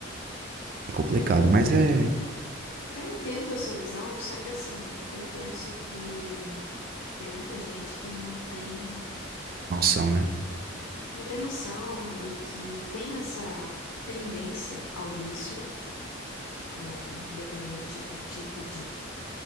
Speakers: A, on the right; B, on the left.
A: é complicado,
B: É,
A: mas é
B: eu entendo a sua visão, só que assim, eu penso que tem muita gente que não tem,
A: noção, né?
B: não tem noção e que tem essa tendência ao vício É, independente do tipo de,